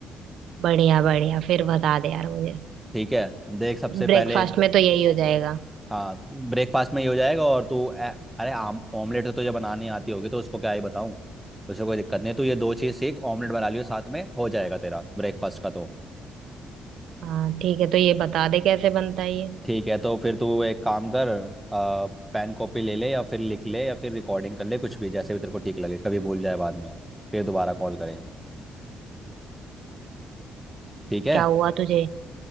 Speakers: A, on the right (about 65°); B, in the centre.
A: बढ़िया बढ़िया फिर बता दे यार मुझे
B: ठीक है देख सबसे
A: ब्रेकफास्ट
B: पहले
A: में तो यही हो जाएगा
B: हाँ ब्रेकफास्ट में ये हो जाएगा और तू ए- अरे आम ऑमलेट तो तुझे बनानी आती होगी तो उसको क्या ही बताऊँ तुझे कोई दिक्कत नहीं है, तू ये दो चीज सीख ऑमलेट बना लियो साथ में हो जाएगा तेरा ब्रेकफास्ट
A: हम्म।
B: का तो
A: हाँ ठीक है तो ये बता दे कैसे बनता है ये
B: ठीक है तो फिर तू एक काम कर आ, पेन कॉपी ले ले या फिर लिख ले या फिर रिकॉर्डिंग कर ले कुछ भी जैसे भी तेरे को ठीक लगे कभी भूल जाए बाद में फिर दोबारा कॉल करें ठीक है
A: क्या हुआ तुझे